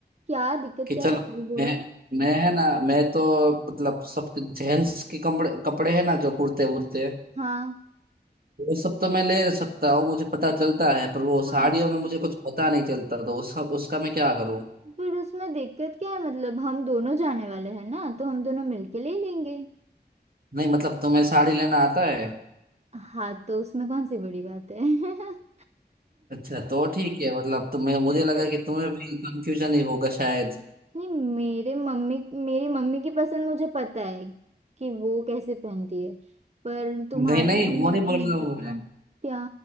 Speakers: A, on the right; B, on the right.
A: क्या दिक्कत
B: कि
A: क्या
B: चलो
A: है वो बोलो
B: मैं
A: ना
B: मैं है ना मैं तो मतलब सब जेंट्स के कपड़े कपड़े है ना जो कुर्ते वुर्ते
A: हाँ
B: वो सब तो मैं ले सकता हूँ मुझे पता चलता है पर वो
A: हाँ
B: साड़ियों में मुझे कुछ पता नहीं चलता तो उस, उसका मैं क्या करूँ
A: पर उसमें दिक्कत क्या है मतलब हम दोनों जाने वाले हैं ना तो हम दोनों मिलके ले लेंगे
B: नहीं मतलब तुम्हें साड़ी लेना आता है
A: हाँ तो उसमें कौन सी बड़ी बात है <laughs>
B: अच्छा तो ठीक है मतलब तुम्हें मुझे
A: देखो
B: लगा कि तुम्हें भी कंफ्यूजन ही होगा शायद
A: नहीं मेरे मम्मी मेरी मम्मी की पसंद मुझे पता है कि वो कैसे पहनती है पर तुम्हारी
B: नहीं नहीं
A: मम्मी
B: वो नहीं
A: की
B: बोल
A: नहीं
B: रहा
A: पता
B: हूँ मैं
A: क्या